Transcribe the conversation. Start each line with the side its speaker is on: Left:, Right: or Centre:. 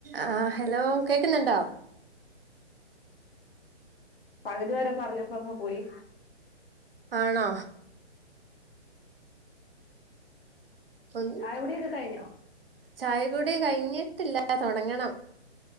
Right: ആ ഹലോ കേ ക്ക്ന്നുണ്ടോ
Left: പകുതി വരെ പറഞ്ഞപ്പറഞ്ഞങ് പോയി
Right: ആണോ ഒന്നു
Left: ചായ കുടിയൊക്കെ കഴിഞ്ഞോ
Right: ചായകൊടി കഴിഞ്ഞിട്ടില്ല തൊടങ്ങണം